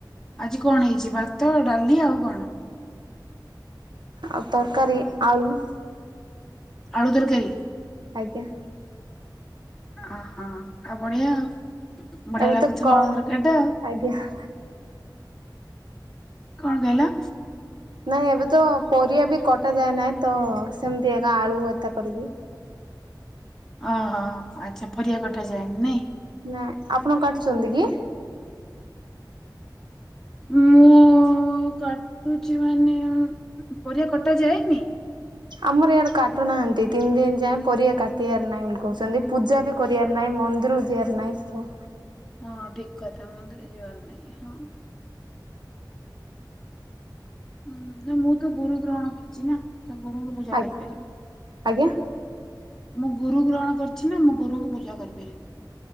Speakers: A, in the centre; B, on the right.
A: ଆଜି କଣ ହେଇଛି ଭାତ ଡାଲି ଆଉ କଣ।
B: ଆଉ ତରକାରୀ ଆଳୁ
A: ଆଳୁ ତରକାରୀ।
B: ଆଜ୍ଞା।
A: ଅହୋ ଆଉ ବଢିଆ ଆଉ। ବଢିଆ
B: ଏବେ
A: ଲାଗୁଥିବ
B: ତ କ
A: ଆଳୁ ତରକାରୀ ଟା ଆଉ
B: ଆଜ୍ଞା।
A: କଣ କହିଲ।
B: ନାଇଁ ଏବେ ତ ପରିବା ବି କଟା ଯାଏ ନାଇଁ ତ ସେମିତି ଏକା ଆଳୁ ଏତା କରିକି।
A: ଓହୋ ଆଚ୍ଛା ପରିବା କଟା ଯାଏନି ନାଇଁ।
B: ନା ଆପଣ କାଟୁଛନ୍ତି କି
A: ମୁଁ କାଟୁଛି ମାନେ ପରିବା କଟା ଯାଏନି
B: ଆମର ଇଆଡେ କାଟୁନାହାନ୍ତି ତିନି ଦିନ ଯାଏଁ ପରିବା କାଟିବାର ନାହିଁ ବୋଲି କହୁଛନ୍ତି ପୂଜା ବି କରିବାର ନାହିଁ ମନ୍ଦିରକୁ ଯିବାର ନାହିଁ
A: ହଁ ଠିକ କଥା ମନ୍ଦିରେ ଯିବାର ନାାଇଁ ହଁ ହୁଁ ନା ମୁଁ ତ ଗୁରୁ ଗ୍ରହଣ କରିୁଛି ନା ସେ ଗୋରୁଙ୍କୁ ପୂଜା
B: ଆଜ୍ଞା।
A: କରିପାରିବି।
B: ଆଜ୍ଞା
A: ମୁଁ ଗୁରୁ ଗ୍ରହଣ କରିଛି ନା ମୁଁ ଗୁରୁଙ୍କୁ ପୂଜା କରିପାରିବି।